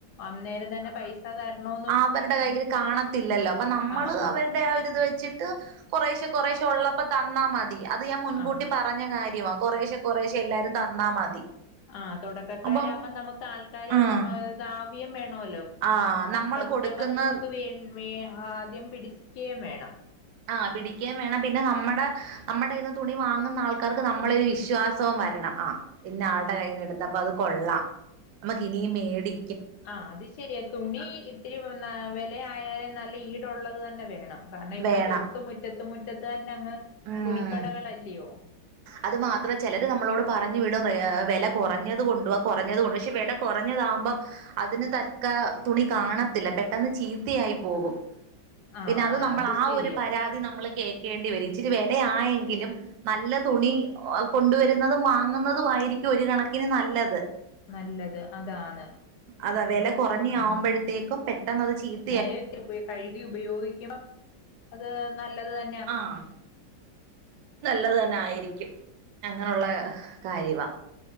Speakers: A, on the left; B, on the right.
A: അന്നേരം തന്നെ പ സ തര്ണോ.
B: ആ അവരുടെ കയ്യിൽ കാണത്തില്ലല്ലോ അപ്പൊ നമ്മള്
A: ആഹ് ആഹ്
B: അവരുടെ ആഒര്ത് വെച്ച്. ട്ട് കൊറേശെ കൊറേശെ ഉള്ളപ്പോ തന്നാ മതി അത് ഞാൻ മുൻകൂട്ടി
A: ആഹ്
B: പർ പഞ്ഞ കാര്യവാ കൊറേശെ കൊറേശെ എല്ലാരും തന്നാ മതി.
A: ആഹ് തൊടക്കക്കാരാവുമ്പോ
B: അപ്പം
A: നമുക്ക് ആൾക്കാരെ
B: ആഹ്
A: ഇദാവ്യം വേണല്ലോ.
B: ആഹ് നമ്മള്
A: കസ്റ്റമർ
B: കൊടുക്കുന്ന
A: നമുക്ക് വേ വേം ആദ്യം പിടിച്ച്ക്കയും വേണം.
B: ആഹ പിടിക്കയും വേണം പിന്നെ നമ്മുടെ നമ്മുടെ ഇന്ന് തുണി വാങ്ങുന്ന ആൾക്കാർക്ക് നമ്മളൊരു വിശ്വാസവും വരണം ആഹ്. പിന്നെ ആളുടെ കയ്യിന്ന് എടുത്തപ്പൊ അത് കൊള്ളാം നമ്മുക്ക് ഇനിയും മേടി.
A: ആഹ് അത് ശെരിയ തുണി ഇത്തിരി വെല ആയാലും നല്ല ഈടുള്ളത് തന്നെ വേണം. കാര്ണം ഇപ്പം
B: വേണം
A: തൊട്ട് മുറ്റത്ത് മുറ്റത്ത് തന്നെ അങ്ങ്
B: ഉം
A: തുണിക്കടകളല്ലയോ.
B: അത് മാത്രേ ചെലര് നമ്മളോട് പറഞ്ഞു വിടും ഏഹ് വെല കൊറഞ്ഞത് കൊണ്ടുവ കൊറഞ്ഞത് കൊണ്ട് പക്ഷെ വെല കൊറഞ്ഞതാവുമ്പം. അതിന് തക്ക തുണി കാണത്തില്ല പെട്ടെന്ന് ചീത്തയായി പോകും.
A: ആഹ്
B: പിന്നെ അത്
A: ആഹ്
B: നമ്മൾ ആ
A: ശരിയാ
B: ഒരു പരാ തി നമ്മൾ കേക്കേണ്ടി വരും ഇച്ചിരി വെല ആയെങ്കിലും നല്ല. തുണി ഹ് കൊണ്ടുവരുന്നതും വാങ്ങുന്നതും ആയിരിക്കും ഒരു കണക്കിന് നല്ലത്.
A: നല്ലത് അതാണ്.
B: അത് അതേന്നെ കൊറഞ്ഞെ ആവുമ്പഴത്തേക്കും പെട്ടെന്ന് അത് ചീത്ത.
A: നേരെ പോയി അത്‌ കഴുകി ഉപയോഗിക്കണം അത് നല്ലത് ത
B: ആഹ്. നല്ലത് തന്നെ ആയിരിക്കും അങ്ങനെയുള്ള കാര്യവാ.